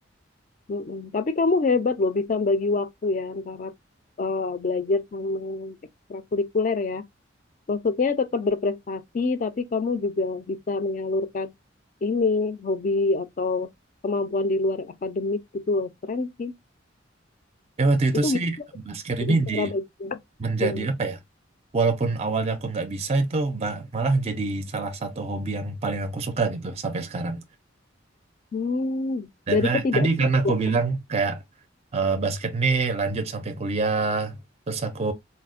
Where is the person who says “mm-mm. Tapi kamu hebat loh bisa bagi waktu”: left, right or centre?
Left